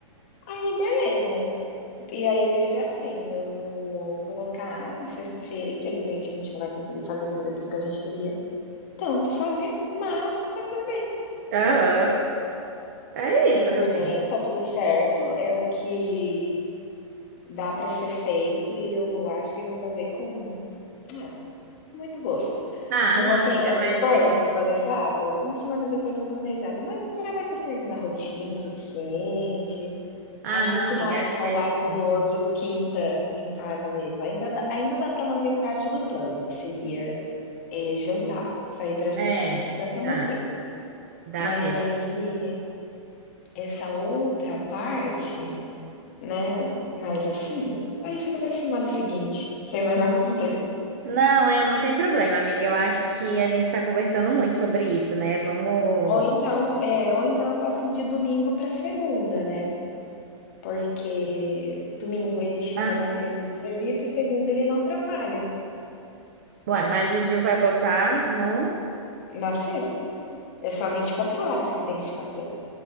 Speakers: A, on the left; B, on the right.
A: Aí, beleza. E aí vai ser assim, eu vou colocar na sexta-feira, infelizmente a gente não vai conseguir fazer tudo aquilo que a gente queria tanto fazer, mas tá tudo
B: Aham. É isso,
A: tá tudo
B: amiga.
A: bem, tá tudo certo, é o que dá pra ser feito e eu acho que eu vou fazer com, ah, Com muito gosto.
B: Ah,
A: Uma
B: não,
A: semana
B: amiga, vai
A: depois,
B: ser.
A: o planejado? Uma semana depois o planejado, mas já vai ter saído da rotina o suficiente.
B: Ah,
A: A gente
B: não, amiga,
A: mata
B: acho
A: a saudade
B: que é de
A: um
B: boa.
A: do outro quinta em casa mesmo. Ainda dá ainda dá para manter parte do plano, que seria, eh, jantar, sair para jantar,
B: É,
A: isso dá para manter.
B: tá, dá
A: Mas
B: mesmo.
A: aí, essa outra parte, né, Mas assim, aí fica pra semana seguinte, sem o menor problema.
B: Não, é, não tem problema, amiga. Eu acho que a gente tá conversando muito sobre isso, né? Vamos.
A: Ou então é, ou então eu posso ir de domingo para segunda, né, porque domingo ele chega
B: Ah,
A: mais cedo do serviço e segunda ele não trabalha.
B: ué, mas o Gil vai botar no.
A: Na sexta, é só 24 horas que tem que ficar sem.